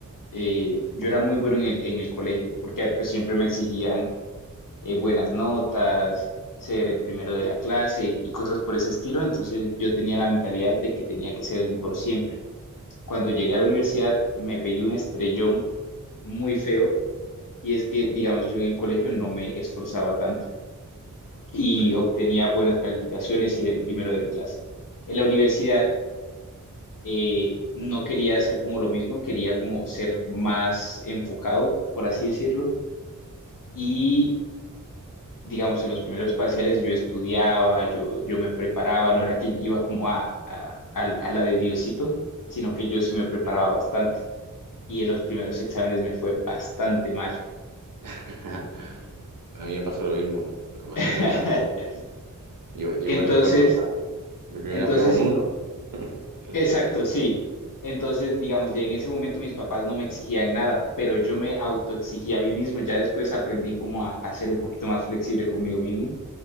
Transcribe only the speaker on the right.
mm,
mm.
<laughs> A mí me pasó lo mismo. Me pasa
exactamente lo mismo. Yo, yo
igual recuerdo. Mi primera
prueba, un
uno <laughs>